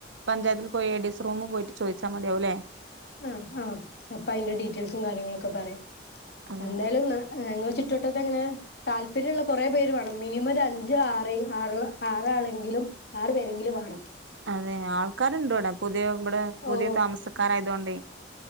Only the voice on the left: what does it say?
ആ ആ അപ്പ അയിന്റെ ഡീറ്റെയിൽസും കാര്യങ്ങളൊക്കെ പറയാം
എന്തായാലും ന ഏ ഇങ്ങളെ ചുറ്റുവട്ടത്തെ എങ്ങനെ? താല്പര്യള്ള കൊറെ പേര് വേണം മിനിമം ഒരു അഞ്ച് ആറേ ആറ ആറാണെങ്കിലും ആറ് പേരെങ്കിലും വാണം
ഓ